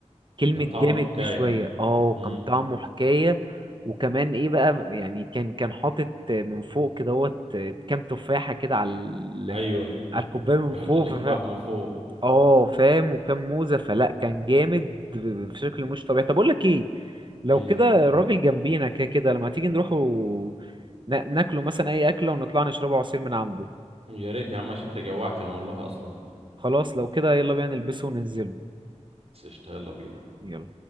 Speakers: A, on the right; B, on the right.
A: كلمة
B: كان طعمه
A: جامد
B: حكايه
A: دي شوية اه
B: امم
A: كان طعمه حكاية وكمان ايه بقى يعني كان كان حاطط من فوق كدهوت كام تفاحة كده على ال-
B: ايوه
A: على الكوباية من
B: بيحطوا
A: فوق
B: تفاح
A: فف-
B: من فوق
A: اه فاهم وكام موزة فلا كان جامد في شكل مش طبيعي طب اقول لك ايه لو
B: إيه.
A: كده الراجل جنبينا كده كده لما تيجي نروح و... نا- ناكله مثلا اي اكلة ونطلع نشربه عصير من عنده
B: يا ريت يا عم عشان انت جوعتني والله اصلا
A: خلاص لو كده يلا بينا نلبسه وننزله
B: بس قشطة يلا بينا
A: يلا